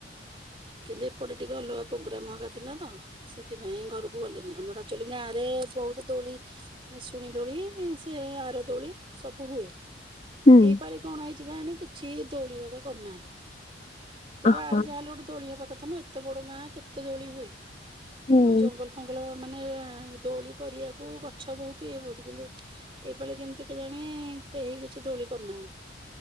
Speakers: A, on the right; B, on the left.
A: କିନ୍ତୁ ଏପଟେ ଟିକେ ଅଲଗା ପୋଗ୍ରାମ ହରିକା ଥିଲା ତ, ସେଥିପାଇଁ ଘରକୁ ଗଲେନି ଆମର ଆକଚୁଆଲି ଗାଁ ରେ ବହୁତ ଦୋଳି, ନିଶୁଣି ଦୋଳି ସେ ଆର ଦୋଳି ସବୁ ହୁଏ।
B: ହୁଁ।
A: ଏଇ ପାଳି କଣ ହେଇଚି କେ ଆଣେ? ଛି ଦୋଳି ହରିକା କରିନାହାନ୍ତି। ସେ
B: ଓହୋ।
A: ଗାଁରେ ଯାହା ହେଲେ ଗୋଟେ ଦୋଳି ହବା କଥା ନା। କେତେ ବଡ ଗାଁ? କେତେ ଦୋଳି ହୁଏ?
B: ହୁଁ
A: ଅ ଜଙ୍ଗଲ ଫଙ୍ଗଲ। ମାନେ ଦୋଳି କରିବାକୁ ଗଛ ବହୁତ ଇଏ ବହୁତ। କିନ୍ତୁ ଏଇପାଳି କେମିତି କେ ଜାଣି କେହି କିଛି ଦୋଳି କରୁନାହାନ୍ତି।